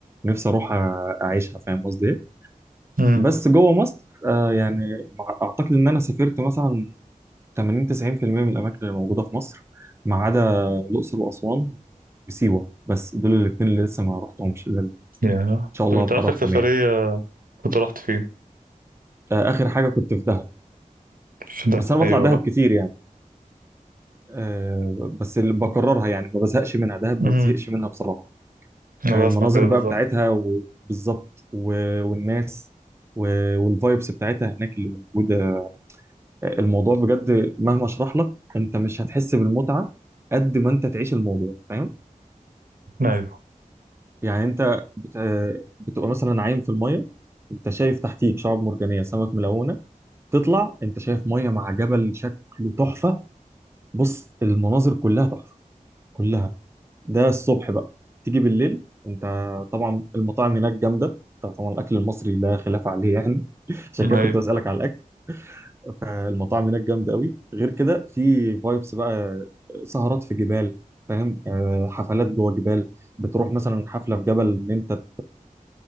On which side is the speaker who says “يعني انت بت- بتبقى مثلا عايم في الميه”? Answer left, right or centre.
Right